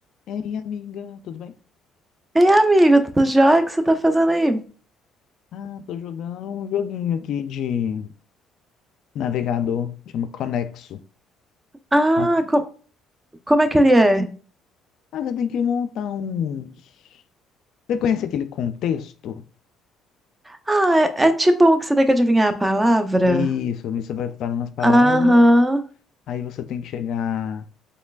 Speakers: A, on the left (about 65°); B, on the right (about 20°).
A: E aí, amiga, tudo bem?
B: Ei, amigo, tá tudo jóia? O que você tá fazendo aí?
A: Ah, tô jogando um joguinho aqui de navegador, chama Conexo.
B: Ah,
A: Ó.
B: co- como é que ele é?
A: Ah, você tem que montar uns. Você conhece aquele contexto?
B: Ah, é, é tipo um que você tem que adivinhar a palavra?
A: Isso, você vai falando as palavras,
B: Aham.
A: aí você tem que chegar.